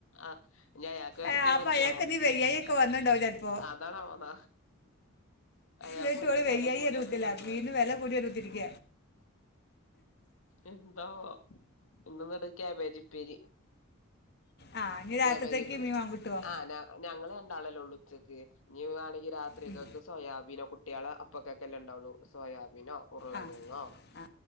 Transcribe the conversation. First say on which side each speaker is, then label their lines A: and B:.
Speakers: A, on the left; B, on the left.
A: ആഹ് ഇഞ്ഞ് അയാക്ക് വേറെ
B: ആഹ്അപ്പയാക്കെന്തേലും
A: എത്തേം പറ്റിയാവോ
B: വയ്യാ. ഒക്കെ വന്ണ്ടാവും ചെലപ്പോ.
A: അതാണാവോന്നാ അയാള്
B: ന്ന്ട്ടോല്
A: പൊതുവെ
B: വയ്യായൊന്നും
A: വെല കൂടിയാലും
B: വിട്ടില
A: വരാക്കൂല
B: മീൻ ന് വെലകൂടിത്തിരക്ക.
A: എന്താ ഇന്ന് ബട കേബേജ്പ്പേരി.
B: ആ ഇനി രാത്രിത്തേക്ക്
A: കേബേജ്പേരി
B: മീൻ വാങ്ങിട്ടുവോ
A: ആഹ് ഞങ്ങൾ രണ്ടാളല്ലേള്ളൂ ഉച്ചക്ക് നീ വാണെങ്കി രാത്രികക്ക്
B: ഉം.
A: സോയാബീനോ കു കുട്ട്യേള് അപ്പൊക്കൊക്കെല്ല ണ്ടാവുള്ളു സോയാബീനോ ഉർളങ്കേങ്ങോ
B: ആ ആ